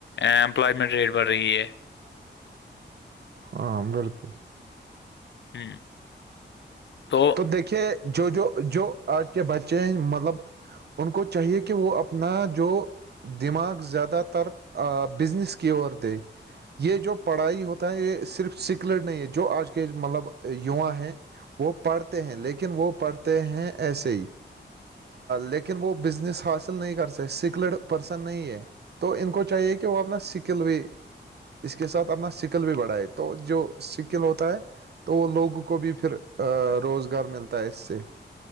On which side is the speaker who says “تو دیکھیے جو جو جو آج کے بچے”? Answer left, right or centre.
Right